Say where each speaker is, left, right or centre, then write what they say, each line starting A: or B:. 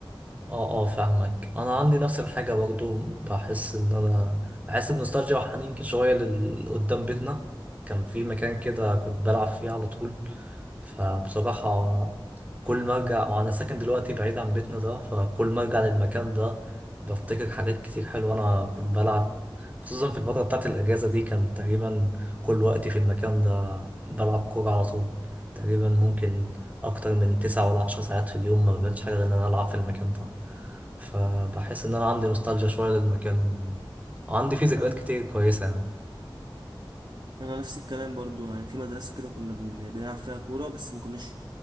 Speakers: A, on the right (about 15°); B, on the right (about 55°).
A: اه اه فاهمك انا عندي نفس الحاجه برضو بحس ان انا بحس بنوستالجيا وحنين كده شويه لل- قدام بيتنا كان في مكان كده كنت بلعب فيه على طول فبصراحه كل ما ارجع وانا ساكن دلوقتي بعيد عن بيتنا ده فكل ما ارجع للمكان ده بفتكر حاجات كتير حلوه انا كنت بلعب خصوصا في الفتره بتاعت الاجازه دي كان تقريبا كل وقتي في المكان ده بلعب كوره على طول تقريبا ممكن اكتر من تسعة ولا عشر ساعات في اليوم ما بعملش حاجه غير ان انا العب في المكان ده فبحس ان انا عندي نوستالجيا شويه للمكان وعندي فيه ذكريات
B: انا
A: كتير كويسه يعني
B: أنا نفس الكلام برضو يعني في مدرسة كده كنا بن- بنلعب فيها كورة بس ما كناش